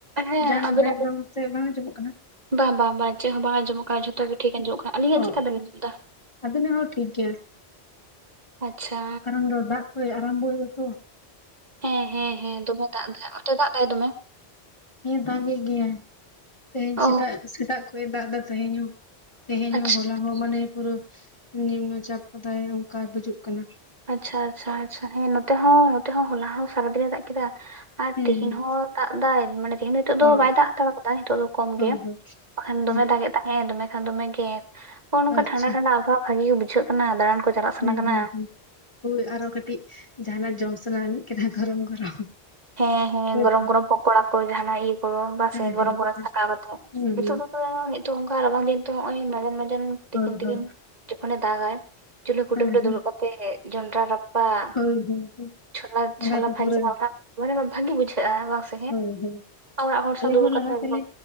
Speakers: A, on the right; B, on the left.
A: ᱦᱮᱸ
B: ᱡᱟᱦᱱᱟᱜ
A: ᱟᱵᱤᱱᱟᱜ
B: ᱵᱮᱠᱜᱨᱟᱣᱩᱱᱰ ᱥᱮ ᱵᱟᱝ ᱟᱸᱡᱚᱢᱚᱜ ᱠᱟᱱᱟ
A: ᱵᱟᱝ ᱵᱟᱝ ᱵᱟᱝ ᱪᱮᱫ ᱦᱚᱸ ᱵᱟᱝ ᱟᱸᱡᱚᱢᱚᱜ ᱠᱟᱱᱟ, ᱡᱷᱚᱛᱚ ᱜᱮ ᱴᱷᱤᱠ ᱟᱸᱡᱚᱢᱚᱜ ᱠᱟᱱᱟ᱾ ᱟᱹᱞᱤᱧᱟᱜ
B: ᱚ
A: ᱪᱤᱠᱠᱟ ᱵᱮᱱ ᱟᱸᱡᱚᱢ ᱫᱟ?
B: ᱟᱵᱤᱱᱟᱜ ᱦᱚᱸ ᱴᱷᱤᱠ ᱜᱮᱭᱟ᱾
A: ᱟᱪᱪᱷᱟ
B: ᱠᱟᱨᱚᱱ ᱫᱚ ᱫᱟᱜ ᱠᱚᱭ ᱟᱨᱚᱢᱵᱚᱭ ᱫᱟ ᱛᱚ
A: ᱦᱮᱸ ᱦᱮᱸ ᱦᱮᱸ᱾ ᱫᱚᱢᱮ ᱫᱟᱜ ᱫᱟᱭ ᱚᱱᱛᱮ ᱫᱟᱜ ᱫᱟᱭ ᱫᱚᱢᱮ
B: ᱦᱮᱸ ᱫᱟᱜ ᱮᱜ ᱜᱮᱭᱟᱭ ᱛᱮᱦᱮᱧ
A: ᱚ
B: ᱥᱮᱛᱟᱜ ᱥᱮᱛᱟᱜ ᱠᱷᱚᱡᱮ ᱫᱟᱜ ᱮᱫᱟ ᱛᱮᱦᱮᱧ ᱦᱚᱸ ᱛᱮᱦᱮᱧ
A: ᱟᱪᱪᱷᱟ
B: ᱦᱚᱸ ᱦᱚᱞᱟ ᱟᱨ ᱢᱟᱱᱮ ᱯᱩᱨᱟᱹ ᱱᱤᱢᱱᱚᱪᱟᱯ ᱠᱟᱫᱟᱭ ᱚᱱᱠᱟ ᱵᱩᱡᱩᱜ ᱠᱟᱱᱟ᱾
A: ᱟᱪᱪᱷᱟ ᱟᱪᱪᱷᱟ ᱟᱪᱷᱟ᱾ᱦᱮᱸ ᱱᱚᱛᱮ ᱦᱚᱸ ᱱᱚᱛᱮ ᱦᱚᱸ ᱦᱚᱞᱟ ᱦᱚᱸ ᱥᱟᱨᱟ ᱫᱤᱱᱮ ᱫᱟᱜ ᱠᱮᱫᱟ᱾ ᱟᱨ
B: ᱦᱩᱸ
A: ᱛᱤᱦᱤᱧ
B: ᱦᱩᱸ
A: ᱦᱚᱸ ᱫᱟᱜ ᱫᱟᱭ ᱢᱟᱱᱮ ᱛᱤᱦᱤᱧ ᱱᱤᱛᱚᱜ ᱫᱚ
B: ᱚ
A: ᱵᱟᱭ ᱫᱟᱜ ᱦᱟᱛᱟᱲ ᱟᱠᱟᱫᱟ ᱱᱤᱛᱚᱜ ᱫᱚ ᱠᱚᱢ
B: ᱦᱳᱭ
A: ᱜᱮ᱾
B: ᱦᱳᱭ
A: ᱚᱠᱷᱟᱱ ᱫᱚᱢᱮ
B: ᱦᱩᱸ
A: ᱫᱟᱜᱮᱜ ᱛᱟᱦᱮᱸ ᱫᱚᱢᱮ ᱠᱷᱟᱱ ᱫᱚᱢᱮ ᱜᱮ ᱱᱚᱜᱼ ᱱᱚᱝᱠᱟ
B: ᱟᱪᱪᱷᱟ
A: ᱴᱷᱟᱱᱰᱟ ᱴᱷᱟᱱᱰᱟ ᱟᱵᱚᱦᱟᱣᱟ ᱵᱷᱟᱜᱤ ᱜᱮ ᱵᱩᱡᱷᱟᱹᱜ ᱠᱟᱱᱟ ᱾ᱫᱟᱲᱟᱱ ᱠᱚ ᱪᱟᱞᱟᱜ ᱥᱟᱱᱟ
B: ᱦᱩᱸ
A: ᱠᱟᱱᱟ
B: ᱦᱩᱸ ᱦᱩᱸ᱾ ᱦᱳᱭ ᱟᱨᱚ ᱠᱟᱹᱴᱤᱡ ᱡᱟᱦᱟᱱᱟᱜ ᱡᱚᱢ ᱥᱟᱱᱟ ᱟᱹᱱᱤᱡ ᱠᱟᱱᱟ ᱜᱚᱨᱚᱢ ᱜᱚᱨᱚᱢ᱾
A: ᱦᱮᱸ ᱦᱮᱸ
B: ᱦᱳᱭ
A: ᱜᱚᱨᱚᱢ
B: ᱥᱮ
A: ᱜᱚᱨᱚᱢ ᱯᱚᱠᱚᱲᱟ ᱠᱚ, ᱡᱟᱦᱟᱱᱟᱜ ᱤᱭᱟᱹ ᱠᱚ, ᱵᱟᱥᱮ
B: ᱦᱮᱸ
A: ᱜᱚᱨᱚᱢ
B: ᱦᱮᱸ
A: ᱜᱚᱨᱚᱢ
B: ᱦᱮᱸ
A: ᱪᱷᱟᱠᱟᱣ ᱠᱟᱛᱮᱜ
B: ᱦᱩᱸ
A: ᱱᱤᱛᱚᱜ ᱫᱚ ᱛᱚ ᱱᱤᱛᱚᱜ ᱚᱱᱠᱟ ᱨᱟᱵᱟᱝ ᱫᱤᱱ ᱛᱚ, ᱚᱜᱼᱚᱭ ᱢᱟᱡᱟᱱ ᱢᱟᱡᱟᱱ ᱛᱤᱠᱤᱱ
B: ᱦᱳᱭ
A: ᱛᱤᱠᱤᱱ
B: ᱦᱳᱭ
A: ᱡᱚᱠᱷᱚᱱᱮ ᱫᱟᱜᱟᱭ ᱪᱩᱞᱦᱟᱹ ᱠᱩᱰᱟᱹᱢ
B: ᱦᱮᱸ
A: ᱨᱮ
B: ᱦᱮᱸ
A: ᱫᱩᱲᱩᱵ ᱠᱟᱛᱮ ᱡᱚᱸᱰᱨᱟ <unintelligible> <unintelligible>
B: ᱦᱳᱭ ᱦᱳᱭ
A: ᱪᱷᱳᱞᱟ ᱪᱷᱳᱞᱟ
B: ᱚᱱᱟ ᱫᱚ
A: ᱵᱷᱟᱡᱟ
B: ᱯᱩᱨᱟᱹ
A: <unintelligible> <unintelligible> ᱵᱷᱟᱜᱤ ᱵᱩᱡᱷᱟᱹᱜᱼᱟ <unintelligible>
B: ᱦᱳᱭ ᱦᱳᱭ
A: ᱚᱲᱟᱜ ᱦᱚᱲ ᱥᱟᱶ
B: ᱟᱞᱮ
A: ᱫᱩᱲᱩᱵ
B: ᱦᱚᱸ
A: ᱠᱟᱛᱮᱜ
B: ᱞᱟᱦᱟ ᱛᱮᱞᱮ